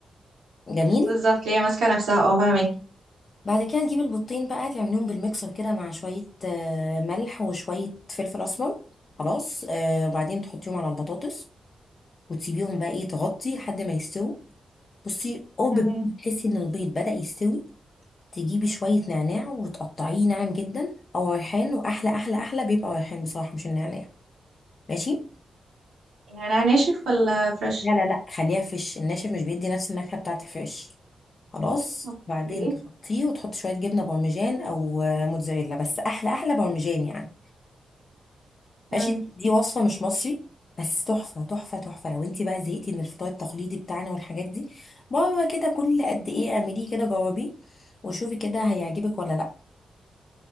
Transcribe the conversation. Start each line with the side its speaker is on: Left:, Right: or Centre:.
Left: جميل
Right: بالظبط هي ماسكه نفسها اه فاهمك
Left: بعد كده تجيب البيضتين بقى تعمليهم بالميكسر كده مع شويه آه، ملح وشويه فلفل اسمر خلاص آه، وبعدين تحطيهم على البطاطس وتسيبيهم بقى ايه تغطي لحد ما يستووا بصي قرب
Right: تمام
Left: بقى ما تحسي ان البيض بدأ يستوي تجيبي شويه نعناع وتقطعيه ناعم جدا او ريحان واحلى احلى احلى بيبقى ريحان بصراحه مش النعناع ماشي
Right: يعني ناشف ولا فريش
Left: لا لا لا خليها فيش الناشف مش بيدي نفس النكهة بتاعت الفيش خلاص
Right: اوكي
Left: بعدين تحطيه وتحط شوية جبنة بارميجان أو آه، موتزاريلا بس أحلى أحلى بارميجان يعني
Right: تمام
Left: ماشي دي وصفة مش مصري بس تحفة تحفة تحفة لو انت بقى زهقتي من الفطار التقليدي بتاعنا والحاجات دي مرة كده كل قد ايه اعمليه كده جربيه وشوفي كده هيعجبك ولا لا